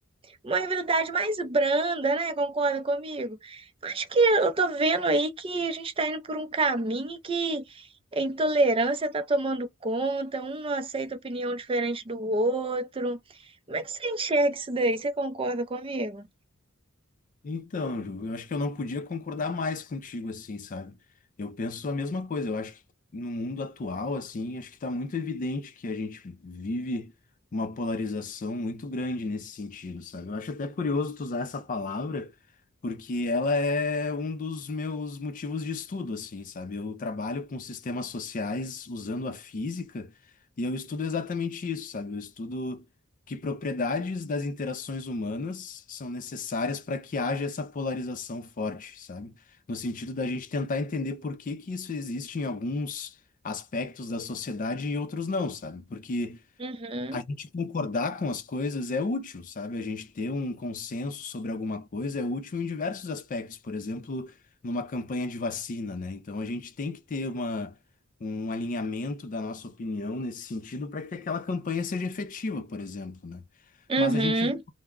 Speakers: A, on the right; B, on the left.
A: uma rivalidade mais branda, né? Concorda comigo? Eu Acho que eu tô vendo aí que a gente tá indo por um caminho que a intolerância tá tomando conta, um não aceita opinião diferente do outro. Como é que você enxerga isso daí? Você concorda comigo?
B: Então, Ju, eu acho que eu não podia concordar mais contigo assim, sabe? Eu penso a mesma coisa. Eu acho que no mundo atual, assim, acho que está muito evidente que a gente vive uma polarização muito grande nesse sentido, sabe? Eu acho até curioso tu usar essa palavra, porque ela é um dos meus motivos de estudo, assim, sabe? Eu trabalho com sistemas sociais usando a física e eu estudo exatamente isso, sabe? Eu estudo que propriedades das interações humanas são necessárias para que haja essa polarização forte, sabe? No sentido da gente tentar entender por que que isso existe em alguns aspectos da sociedade e em outros não, sabe? Porque
A: Uhum,
B: a gente concordar com as coisas é útil, sabe? A gente ter um consenso sobre alguma coisa é útil em diversos aspectos, por exemplo, numa campanha de vacina, né? Então a gente tem que ter uma, um alinhamento da nossa opinião nesse sentido para que aquela campanha seja efetiva, por exemplo, né?
A: uhum.
B: Mas a gente